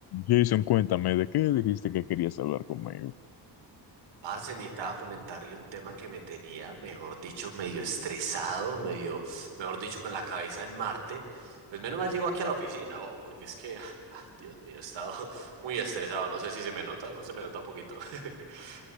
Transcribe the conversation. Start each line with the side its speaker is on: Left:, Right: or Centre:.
Left: Jason, cuéntame, ¿de qué dijiste que querías hablar conmigo?
Right: Parce, necesitaba comentarle un tema que me tenía, mejor dicho, medio estresado, medio, mejor dicho, con la cabeza en Marte. Pues menos mal llegó aquí a la oficina, oh, porque es que, ah, ah, Dios mío, he estado <laughs> muy estresado. No sé si se me nota, no se me nota poquito. <laughs>